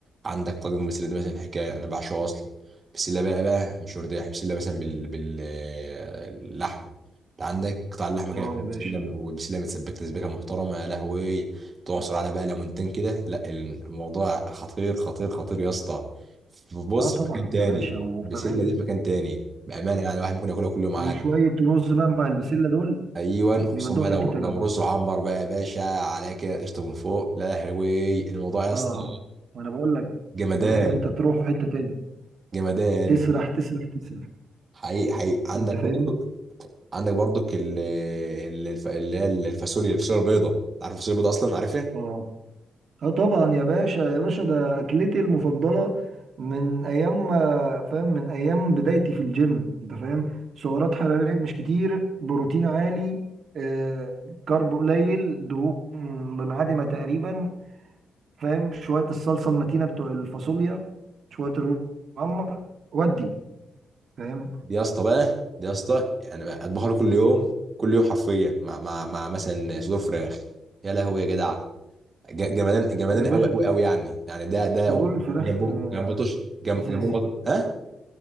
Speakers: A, on the right (about 35°); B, on the right (about 55°).
A: عندك طاجن البسله ده مثلا حكايه انا بعشقه اصلا بسله بقى بقى مش ورديه بسله مثلا بال باللحم انت عندك قطع اللحمه
B: اه
A: كده في البسله
B: يا باشا
A: والبسله متسبكه تسبيكه محترمه يا لهوي تعصر على بقى ليمونتين كده لا الموضوع خطير خطير خطير يا اسطى بص
B: اه طبعا
A: في مكان تاني
B: يا باشا وفاهم
A: البسله دي في مكان تاني بامانه يعني الواحد ممكن ياكلها كل يوم عادي
B: وشوية رز بقى مع البسلة دول
A: ايوه
B: بيودوها
A: خصوصا بقى
B: في
A: لو
B: حتة تانية
A: لو رز وعمر بقى يا باشا على كده قشطه من فوق لا يا حلوي الموضوع يا اسطى
B: اه وانا بقول لك
A: جمدان
B: فاهم انت تروح في حته تاني
A: جمدان
B: تسرح تسرح تسرح
A: حقيقي حقيقي عندك
B: انت فاهمني
A: برضك عندك برضك ال- ال- الف- اللي هي الفاصوليا الفاصوليا البيضاء انت عارف الفاصوليا البيضاء اصلا عارفها
B: اه اه طبعا يا باشا يا باشا ده اكلتي المفضله من ايام ما- فاهم من ايام بدايتي في الجيم انت فاهم سعرات حراريه مش كتير بروتين عالي آه كارب قليل دهون منعدمه تقريبا فاهم شويه الصلصه المتينه بتوع الفاصوليا شويه الرز المعمر ودي فاهم
A: دي يا اسطى بقى دي يا اسطى يعني بقى اطبخها له كل يوم كل يوم حرفيا مع مع مع مثلا صدور فراخ يا لهوي يا جدع ج- جمدان جمدان
B: يا باشا
A: قوي قوي قوي يعني يعني ده ده
B: صدور الفراخ
A: وجنبهم
B: آه،
A: جنب بطش جنب
B: اساسي
A: جنبهم بطش ها